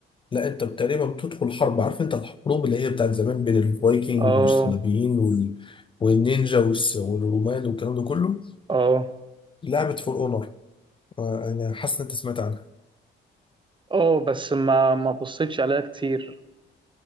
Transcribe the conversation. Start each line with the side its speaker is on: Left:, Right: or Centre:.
Left: لا انت تقريبا بتدخل حرب عارف انت الحروب اللي هي بتاعت زمان بين الفايكنج
Right: اه
Left: والصليبيين وال... والنينجا والس... والرومان والكلام ده كله
Right: اه
Left: لعبة فور اونر انا حاسس ان انت سمعت عنها
Right: اه بس ما ما بصيتش عليها كتير